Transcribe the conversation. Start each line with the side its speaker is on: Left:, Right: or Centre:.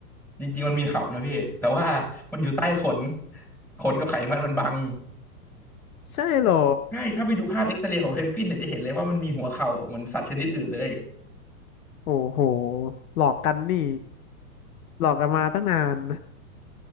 Centre: จริงๆมันมีเขานะพี่แต่ว่ามันอยู่ใต้ขนขนกับไขมันมันบัง
Left: ใช่เหรอ
Centre: ใช่ถ้าไปดูภาพเอ็กซเรย์ของเพนกวินเนี่ยจะเห็นเลยว่ามันมีหัวเข่าเหมือนสัตว์ชนิดอื่นเลย
Left: โอ้โหหลอกกันนี่หลอกกันมาตั้งนาน